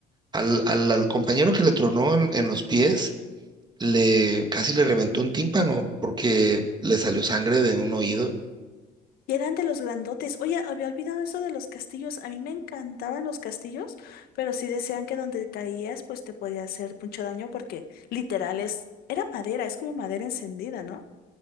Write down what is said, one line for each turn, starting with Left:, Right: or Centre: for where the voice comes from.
Right: al, al, al compañero que le tronó en, en los pies, le casi le reventó un tímpano porque le salió sangre de un oído.
Left: Y eran de los grandotes. Oye, había olvidado eso de los castillos. A mí me encantaban los castillos, pero sí decían que donde caías, pues te podía hacer mucho daño porque literal es, era madera, es como madera encendida, ¿no?